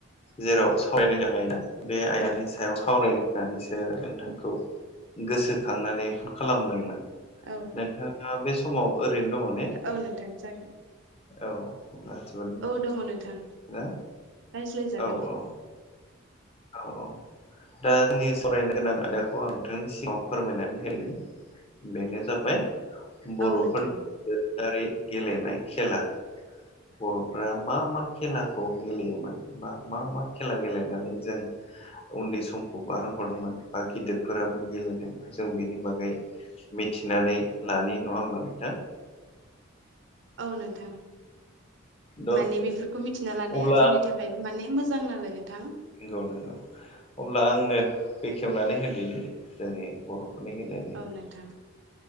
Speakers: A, on the left; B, on the right.
A: जेराव सावरायनो गोनां आयदाआ बे आयदानि
B: ओं
A: सायाव सावरायलायनानैसो नोंथांखौ
B: ओं
A: गोसोखांनानै ओ फन खालामदोंमोन
B: औ
A: नोंथाङा बे समाव ओरैनो दङ ने?
B: औ नोंथां जागोन
A: औ।
B: औ दङ नोंथां।
A: हेल
B: रायज्लायजागोन
A: औ
B: दे
A: औ। औ औ दा जोंनि सरायनो गोनां आयदाखौ आं नोंथांनि सिगाङाव फोरमायनानै होनि बेनो जाबाय बर'फोरनि
B: औ नोंथां
A: दोरोडा़रि गेलेनाय खेला बर'फोरा मा मा खेलाखौ गेलेयोमोन बा मा मा खेला गेलेनानैओ जों उन्दै समखौ बारहोहरदोंमोन बा गिदिरफोराबो गेलेदों जों बेनि बागैबो मिथिनानै लानाय नङा होमबा नोंथां।
B: औ नोंथां
A: द
B: माने बेफोरखौ मिथिना लानाया
A: अब्ला
B: जोंनि थाखायबो ओमफ्रायबो माने मोजां नालाय नोंथाङा।
A: नंगौ नंगौ अब्ला आंनो बेखेवनानै होदनि जोंनि बर'फोरनि गेलेनाय
B: औ नोंथां।